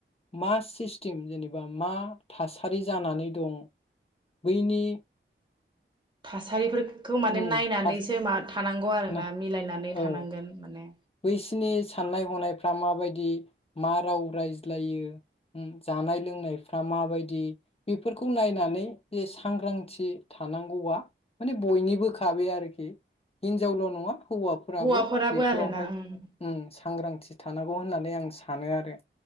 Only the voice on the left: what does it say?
मा सिस्टेम जेनेबा मा थासारि जानानै दं बैनि,
उम
थास
ना
औ
बैसिनि साननाय हनाय दा माबायदि मा राव रायज्लायो उम जानाय लोंनायफ्रा माबायदि बेफोरखौ नायनानै जे सांग्रांथि थानांगौआ माने बयनिबो खाबै आरोखि हिनजावल' नङा, हौवाफ्राबो
बेब
फोरावहाय
ओम सांग्रांथि, थानांगौ होननानै आं सानो आरो